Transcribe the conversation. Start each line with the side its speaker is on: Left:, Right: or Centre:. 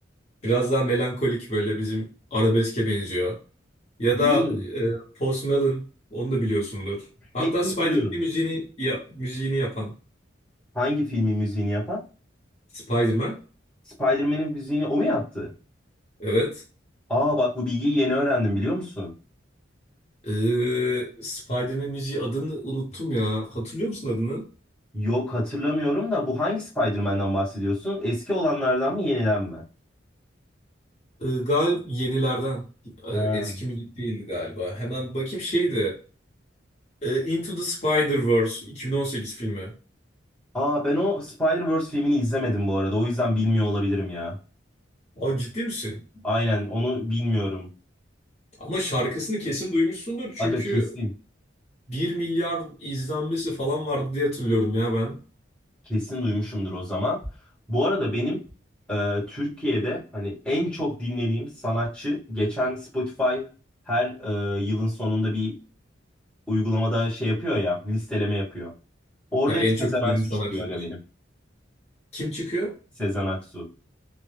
Left: Biraz daha melankolik böyle bizim arabeske benziyor. Ya
Centre: Biliyorum.
Left: da e, Post Malone onu da biliyorsundur. Hatta
Centre: Hepsini
Left: Spider-Man
Centre: biliyorum.
Left: müziğini ya, müziğini yapan
Centre: Hangi filmin müziğini yapan?
Left: Spider-Man.
Centre: Spider-Man'in müziğini o mu yaptı?
Left: Evet.
Centre: Aa bak bu bilgiyi yeni öğrendim biliyor musun?
Left: Ee, Spider-Man müziği adını unuttum ya. Hatırlıyor musun adını?
Centre: Yok hatırlamıyorum da bu hangi Spider-Man'den bahsediyorsun? Eski olanlardan mı yeniden mi?
Left: Ee, gal yenilerden. Ee,
Centre: Ha.
Left: eski müzik değildi galiba. Hemen bakayım şeydi. Ee, Into the Spider-Verse 2018 filmi.
Centre: Aa ben o Spider-Verse filmini izlemedim bu arada. O yüzden bilmiyor olabilirim ya.
Left: Abi ciddi misin?
Centre: Aynen onu bilmiyorum.
Left: Ama şarkısını kesin duymuşsundur çünkü
Centre: Aga kesin.
Left: bir milyar izlenmesi falan vardı diye hatırlıyorum ya ben.
Centre: Kesin duymuşumdur o zaman. Bu arada benim e, Türkiye'de hani en çok dinlediğim sanatçı geçen Spotify her e, yılın sonunda bir uygulamada şey yapıyor ya listeleme yapıyor. Orada
Left: Ha,
Centre: hep
Left: en
Centre: Sezen
Left: çok dinlediğin
Centre: Aksu
Left: sanatçılar.
Centre: çıkıyor aga benim.
Left: Kim çıkıyor?
Centre: Sezen Aksu.